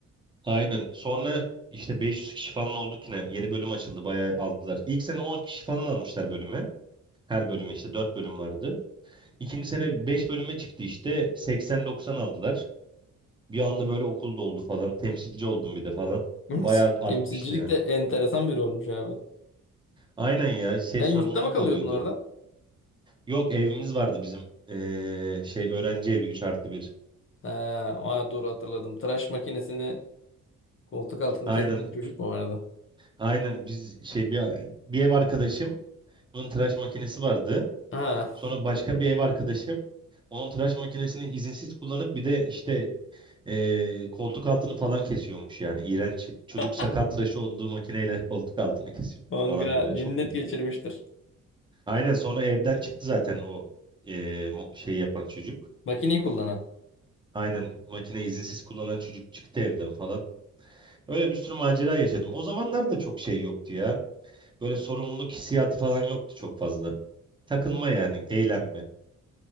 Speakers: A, on the right; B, on the left.
A: Aynen. Sonra işte 500 kişi falan olduk yine. Yeni bölüm açıldı. Bayağı aldılar. İlk sene 10 kişi falan almışlar bölüme. Her bölüme işte 4 bölüm vardı. İkinci sene 5 bölüme çıktı işte. 80-90 aldılar. Bir anda böyle okul doldu falan. Temsilci oldum bir de falan.
B: <laughs>
A: Bayağı artmıştı
B: Temsilcilik
A: yani.
B: de enteresan bir olmuş abi.
A: Aynen ya şey
B: Sen
A: sorumluluk
B: yurtta mı kalıyordun
A: oluyordu.
B: orada?
A: Yok evimiz vardı bizim. Ee, şey öğrenci evi üç artı bir
B: Ha, aa, dur hatırladım. Tıraş makinesini koltuk altını
A: Aynen
B: kesen bir çocuk mu vardı?
A: aynen biz şey bir, bir ev arkadaşım bunun tıraş makinesi vardı.
B: Ha.
A: Sonra başka bir ev arkadaşım onun tıraş makinesini izinsiz kullanıp bir de işte ee, koltuk altını falan kesiyormuş yani. İğrenç. Çocuk
B: <laughs>
A: sakal tıraşı olduğu makineyle koltuk altını kesiyormuş
B: Manga
A: falan böyle
B: cinnet
A: çok kötü.
B: geçirmiştir.
A: Aynen sonra evden çıktı zaten o e, mu- şeyi yapan çocuk.
B: Makineyi kullanan.
A: Aynen makine izinsiz kullanan çocuk çıktı evden falan. Öyle bir sürü macera yaşadım. O zamanlar da çok şey yoktu ya. Böyle sorumluluk hissiyatı falan yoktu çok fazla. Takılma yani, eğlenme.